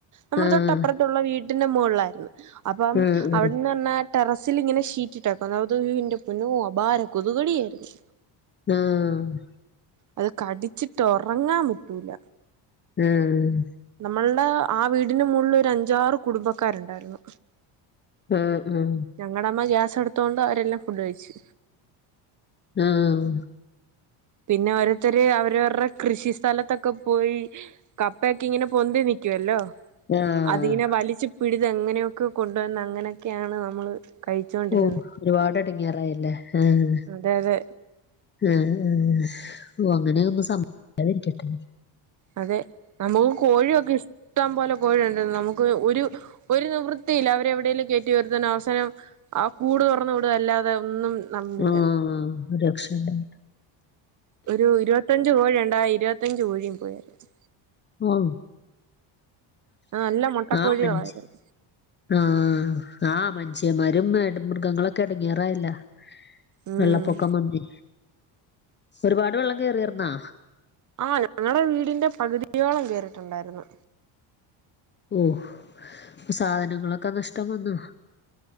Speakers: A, on the right; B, on the left.
A: നമ്മടെ
B: ആഹ്
A: തൊട്ടപ്പുറത്തുള്ള വീട്ടിന്റെ മോള്ളായിരുന്നു അപ്പം
B: ആഹ്
A: അവിട്ന്ന്
B: ആഹ്
A: പറഞ്ഞാ ടെറസില് ഇങ്ങനെ ഷീറ്റിട്ടേക്കാ അത് ഉയോ എൻ്റെ പൊന്നോ അപാര കൊതുകടിയാരുന്നു
B: ആഹ്
A: അത് കടിച്ചിട്ട് ഒറങ്ങാൻ പറ്റൂല
B: ആഹ്
A: നമ്മൾടെ ആ വീടിന് മോളിലൊരു അഞ്ചാറ് കുടുംബക്കാര് ഒണ്ടാരുന്നു
B: ആഹ് ആഹ്
A: ഞങ്ങടെ അമ്മ ഗ്യാസ് എടുത്തോണ്ട് അവരെല്ലം ഫുഡ് കഴിച്ച്
B: ആഹ്
A: പിന്നെ ഓരോര്ത്തര് അവരവര്ടെ കൃഷി സ്ഥലത്തൊക്കെ പോയി കപ്പയൊക്കെ ഇങ്ങനെ പൊന്തി നിക്കുവല്ലോ
B: ആഹ്
A: അതിങ്ങനെ വലിച്ച് പിഴ്ത് എങ്ങനെയൊക്കോ കൊണ്ടുവന്ന് അങ്ങനെക്കെയാണ് നമ്മള് കഴിച്ചോണ്ടിരുന്നത്
B: ഓഹ് ഒരുപാട് എടങ്ങേറായല്ലേ ആഹ്
A: അതെ അതെ
B: ആഹ് ആഹ് ഓഹ് അങ്ങനെ ഒന്നും സംഭവിക്കാതിരിക്കട്ടെ
A: അതെ നമ്മുക്ക്‌ കോഴിയൊക്കെ ഇഷ് ട്ടം പോലെ കോഴിണ്ടേരുന്നു നമുക്ക് ഒരൂ ഒരു നിവൃത്തിയില്ല അവരെ എവിടേലും കേറ്റി ഉയർത്താന് അവസാനം ആഹ് കൂട് തൊറന്ന് വിടുവല്ലാതെ ഒന്നും നടന്നില്ല
B: ആഹ് രക്ഷ ഇണ്ടായില്ല
A: ഒരൂ ഇരുവത്തഞ്ച് കോഴിയിണ്ടായി ആ ഇരുവത്തഞ്ച് കോഴിം പോയാരുന്നു
B: ഓഹ്
A: നല്ല മുട്ടക്കോഴികളായിരുന്നു
B: ആഹ് പൻച്ച് ആഹ് ആഹ് മനുഷ്യന്മാരും മേട് മൃഗങ്ങളൊക്കെ എടങ്ങാറായല്ലാ
A: ഉം
B: വെള്ളപ്പൊക്കം വന്നെ ഒരുപാട് വെള്ളം കേറിയാർന്നാ?
A: ആഹ് ഞങ്ങടെ വീടിന്റെ പകുതിയോളം കേറീട്ട്ണ്ടാര്ന്ന്
B: ഓഹ് അപ്പ സാധനങ്ങളക്കെ നഷ്ടം വന്നാ